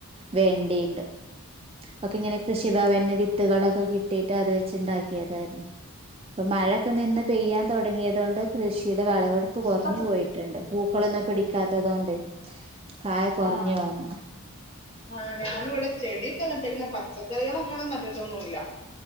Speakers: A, on the right; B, on the left.
A: വെണ്ട ഇണ്ട് ഒക്കെ ഇങ്ങനെ കൃഷിഭവനിന്ന് വിത്തുകളൊക്കെ കിട്ടിയിട്ട് അത് വെച്ച് ഇണ്ടാക്ക ആയിരുന്നു ഇപ്പൊ മഴൊക്കെ നിന്ന് പെയ്യാൻ തുടങ്ങിയത് കൊണ്ട് കൃഷ് യുടെ വെളവെടുപ്പ് കുറഞ്ഞു
B: പച്ച
A: പോയിട്ടുണ്ട് പൂക്കളൊന്നും പിടിക്കാത്തത് കൊണ്ട് കായ കൊറഞ്ഞ്
B: ആഹ്
A: വന്നു
B: ആഹ് ഞാനിവിടെ ചെടിയൊക്കെ നട്ടേക്കുന്ന പച്ചക്കറികൾ അങ്ങനെ നട്ടിട്ടൊന്നുമില്ല